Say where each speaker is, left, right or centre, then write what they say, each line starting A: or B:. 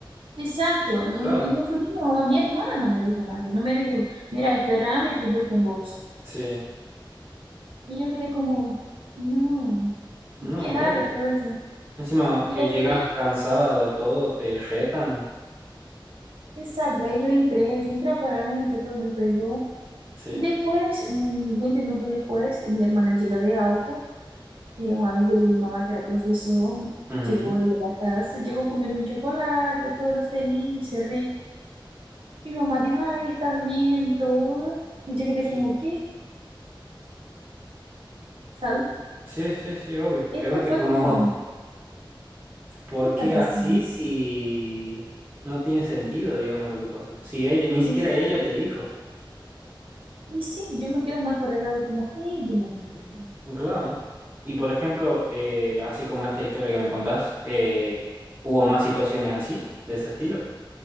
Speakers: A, on the right; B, on the right.
A: exacto, no,
B: Claro.
A: no fue ni mi mamá, mi hermana no me dijo nada, no me dijo, mira, espérame que voy con vos.
B: Sí.
A: Y yo quedé como, no,
B: No,
A: qué raro
B: obvio.
A: todo eso.
B: Encima
A: Y
B: que
A: ahí,
B: llegas cansada, todo, te retan.
A: exacto, ahí yo entré, yo entré para adentro, todo me pegó.
B: Sí,
A: Después, un 20 minutos después, mi hermana llega de auto. eh, un amigo de mi mamá, que era profesor,
B: Ujú.
A: llevó ella a la casa. Llegó comiendo un chocolate, todo feliz, se Mi mamá dijo, ay, estás bien, todo. Y yo quedé como,
B: Sí.
A: ¿qué? ¿Sabes?
B: Sí, sí, sí, obvio.
A: Este
B: Quedaste
A: fue
B: como,
A: como,
B: <laughs> ¿por
A: ¿qué está
B: qué
A: pasando?
B: así si no tiene sentido, digamos, lo que pasó? Si ella, ni siquiera
A: Y, sabe-
B: ella te dijo.
A: y sí, yo me quedo más por el lado como, ella es la más grande.
B: Claro. Y por ejemplo, eh, así como esta historia que me contás, eh, ¿hubo más situaciones así, de ese estilo?